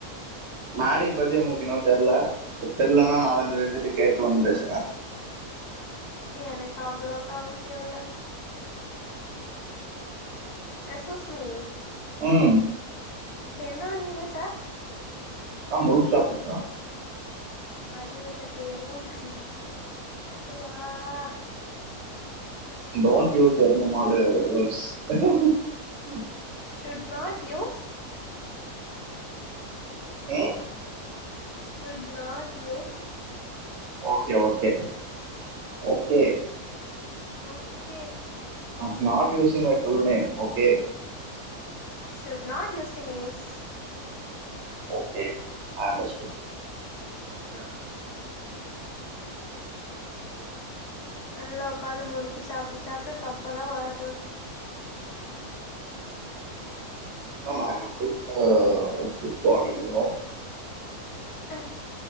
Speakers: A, on the right; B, on the left.
A: நாடிய் பத்தி உங்களுக்கின்னு தெர்ல. தெர்லேனா நாலஞ்சு வேத்துட்ட கேட்டு வந்து பேசுங்க.
B: எனக்கு அவ்ளோக் அவ்சியோல எஸ்சூச்மி
A: உம்
B: இப்ப என்ன வண்ணீங்க சார்?
A: நா முறுக்கு சாப்பிட்டுக்கா
B: அறிவு கட்ட எறம மாடே சுவ ஆஹ்
A: டோன்ட் யூஸ் எறம மாடு வேர்ட்ஸ் ஹ hmm hmm
B: should not use <unintelligible>
A: ம்
B: shoot not use
A: okay
B: names
A: okay okay
B: okay
A: hmm not using my full name okay
B: should not use the names
A: okay I understood.
B: ஆஹ நல்லா உக்காந்து முறுக்கு சாப்பிட்டு சாப்பிட்டு தொப்பதான் வளர போகுது. <unintelligible>
A: ஆமா <unintelligible> ஃபிட்பாடி யூனோ.
B: அஹ்